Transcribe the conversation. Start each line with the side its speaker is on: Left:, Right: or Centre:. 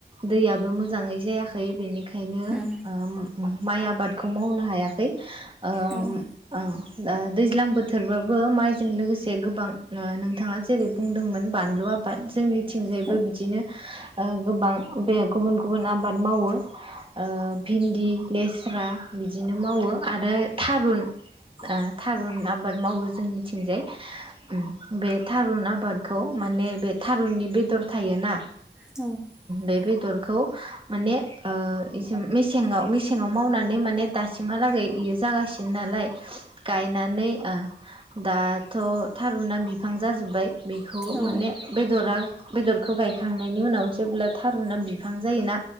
Right: दैयाबो मोजाङै जायाखै बेनि नो
Centre: औ
Right: ओम माइ आबादखौ मावनो हायाखै। ओम
Centre: औ
Right: ओ। ओ दैज्लां बोथोरबाबो माइजों लोगोसे गोबां नोंथाङा जेरै बुंदोंमोन बानलु आबाद जोंनि थिंजायबो
Centre: औ
Right: बिदिनो ओ गोबां बे गुबुन गुबुन आबाद मावो। ओ भिन्दि, लेस्रा, बिदिनो मावो आरो थारुन, ओ‌ थारुन आबाद मावो जोंनिथिंजाय। ओम बे थारुन आबादखौ माने बे थारुननि बेदर थायोना,
Centre: <inaudible>
Right: बे बेदरखौ माने ओ इसिम मेसेङाव मेसेङाव मावनानै माने दासिमहालागै इयो जागासिनो नालाय गायनानै ओ। दाथ' थारुना बिफां जाजोब्बाय बेखौ
Centre: औ
Right: माने बेदरा बेदरखौ गायखांनायनि उनाव जेब्ला थारुना बिफां जायोना